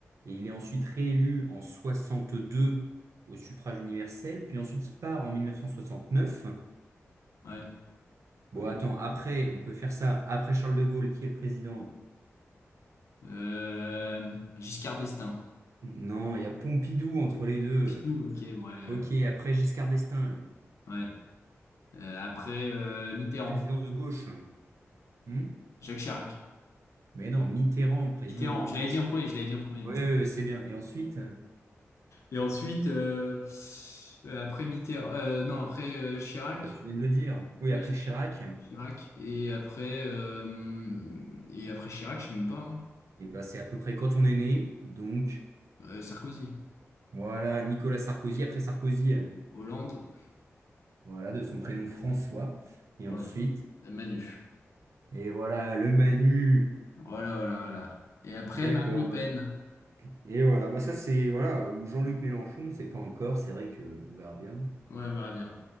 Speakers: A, on the right; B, on the left.
A: et il est ensuite réélu en 62 au suffrage universel. Puis ensuite, il part en 1969.
B: Ouais,
A: Bon,
B: oui.
A: attends, après, on peut faire ça. Après Charles de Gaulle, qui est le président?
B: Euh, Giscard d'Estaing.
A: Non, il y a Pompidou entre les deux.
B: Pompidou, ok, ouais. euh,
A: Ok, après Giscard d'Estaing.
B: ouais. Euh, après, euh,
A: Un
B: Mitterrand.
A: président de gauche. Hmm
B: Jacques Chirac.
A: Mais non, Mitterrand, président
B: Mitterrand,
A: de gauche.
B: je l'avais dit en premier,
A: Oui,
B: je l'avais dit en premier, Mitterrand.
A: oui, oui, c'est bien. Et ensuite,
B: Et ensuite, euh, euh, après Mitterrand, euh, non, après euh, Chirac.
A: bah, tu viens de le dire. Oui,
B: Oui,
A: après
B: c'est
A: Chirac,
B: Chi- Chirac. Et après, euh, et après Chirac, je sais même pas. hein.
A: et bah, c'est à peu près quand on est né. Donc,
B: Euh, Sarkozy.
A: voilà, Nicolas Sarkozy. Après Sarkozy, euh,
B: Hollande,
A: voilà, de son prénom François. Et
B: ouais,
A: ensuite,
B: Manu.
A: et voilà, le Manu.
B: Voilà, voilà, voilà. Et après,
A: D'accord.
B: Marine Le Pen.
A: bah. Et voilà, bah, ça, c'est, voilà, ou Jean-Luc Mélenchon, c'est pas encore. C'est vrai que on verra bien.
B: Ouais, on verra bien.